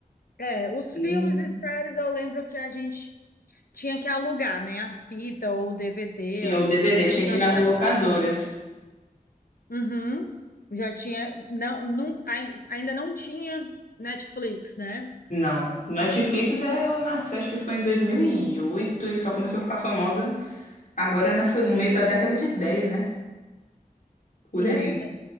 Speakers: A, on the left; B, on the left.
A: é, os
B: E,
A: filmes e séries eu lembro que a gente tinha que alugar, né? A fita ou o DVD,
B: sim,
A: eu
B: o
A: acho
B: DVD
A: que 20
B: tinha
A: anos
B: que
A: atrás.
B: ir nas locadoras.
A: tinha. Uhum. Já tinha, não, não, ai- ainda não tinha Netflix, né?
B: Não, Netflix ela nasceu, acho que foi em dois mil e oito e só começou a ficar famosa agora nessa, no meio da década de dez né?
A: Sim,
B: Por aí.